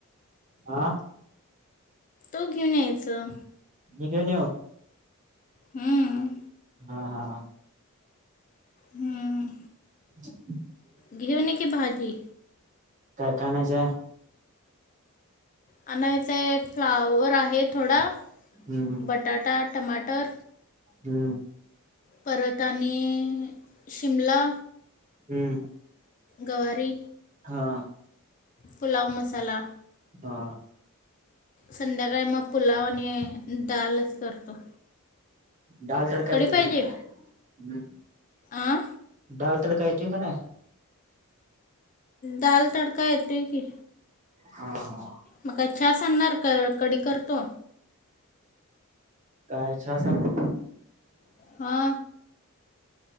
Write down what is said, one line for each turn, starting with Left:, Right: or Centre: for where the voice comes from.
Right: आं
Left: तू घेऊन यायचं
Right: मी घेऊन येऊ
Left: हम्म.
Right: हा हा.
Left: हम्म.
Right: <inaudible>
Left: घेऊन ये की भाजी.
Right: काय काय आणायच्या
Left: आणायचंय फ्लावर आहे थोडा,
Right: हम्म
Left: बटाटा टमाटर
Right: हम्म.
Left: परत आणि.. शिमला
Right: हम्म
Left: गवारी
Right: हा
Left: पुलाव मसाला
Right: हा..
Left: संध्याकाळी मग पुलाव आणि दालच करतो.
Right: डाल तडका
Left: कढी
Right: येतोय,
Left: पाहिजे
Right: की नाही कराय हम्
Left: आ
Right: डाळ तडका येतोय काय
Left: दाल तडका येतोय की.
Right: हा हा.
Left: मग काय चहा सांगणार क कडी करतो.
Right: काय चहा सांगू?
Left: हा.